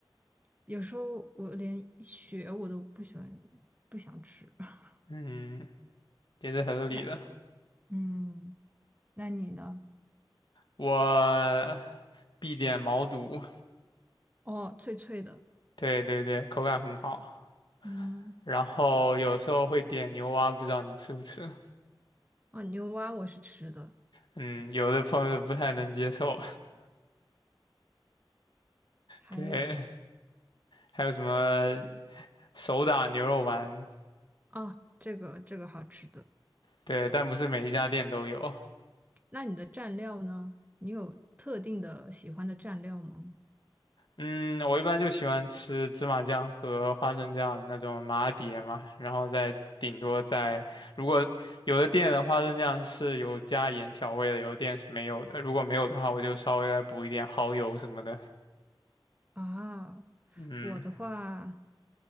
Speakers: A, on the right; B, on the left.
A: 有时候我连血我都不喜欢，不想吃。<laughs>
B: 嗯，也是合理的，
A: 那嗯，那你呢？
B: 我必点毛肚，
A: 哦，脆脆的，
B: 对对对，口感很好。
A: 嗯，
B: 然后有时候会点牛蛙，不知道你吃不吃？
A: 哦，牛蛙我是吃的，
B: 嗯，有的朋友不太能接受。
A: 还有
B: 对，还有什么手打牛肉丸？
A: 啊，这个这个好吃的。
B: 对，但不是每一家店都有。
A: 那你的蘸料呢？你有特定的喜欢的蘸料吗？
B: 嗯，我一般就喜欢吃芝麻酱和花生酱那种麻碟嘛，然后再顶多再，如果有的店的花生酱是有加盐调味的，有的店是没有的。如果没有的话，我就稍微再补一点蚝油什么的。
A: 啊，
B: 嗯，
A: 我的话，